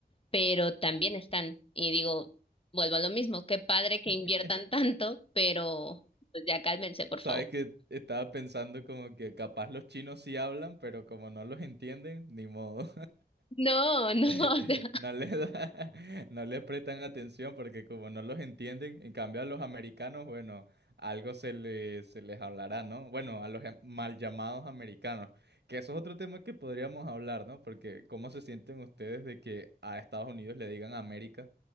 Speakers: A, on the left; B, on the right.
A: pero también están. Y digo, vuelvo a lo mismo, qué padre que
B: <laughs>
A: inviertan <laughs> tanto, pero pues ya cálmense, por
B: Sabes
A: favor.
B: que estaba pensando como que capaz los chinos sí hablan, pero como no los entienden, ni modo.
A: No, <laughs> no,
B: <laughs>
A: o sea,
B: No les da- <laughs> no les prestan atención porque como no los entienden, en cambio a los americanos, bueno, algo se les, se les hablará, ¿no? Bueno, a los em- mal llamados americanos, que eso es otro tema que podríamos hablar, ¿no? Porque ¿cómo se sienten ustedes de que a Estados Unidos le digan América